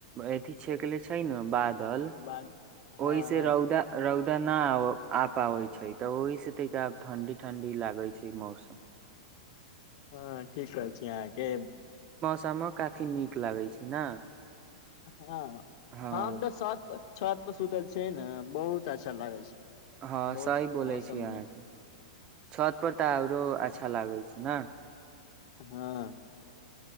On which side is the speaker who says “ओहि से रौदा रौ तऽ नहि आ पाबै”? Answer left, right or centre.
Right